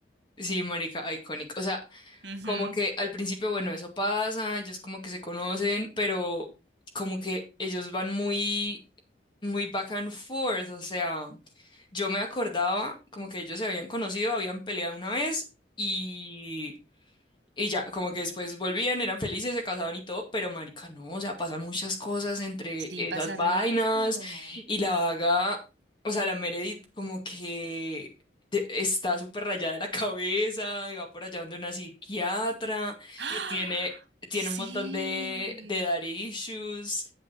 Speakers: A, on the left; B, on the right.
A: sí, marica, icónico. O sea,
B: ujú.
A: como que al principio, bueno, eso pasa, ellos como que se conocen, pero como que ellos van muy, muy back and forth, o sea, yo me acordaba como que ellos se habían conocido, habían peleado una vez y y ya, como que después volvían, eran felices, se casaban y todo, pero marica, no, o sea, pasan muchas cosas entre
B: Sí,
A: esas
B: pasa
A: vainas
B: resto.
A: y la vaga, o sea, la Meredith como que de- está súper rayada de la <laughs> cabeza y va por allá donde una psiquiatra
B: ¡Ah!
A: y tiene,
B: Sí.
A: tiene un montón de, de daddy issues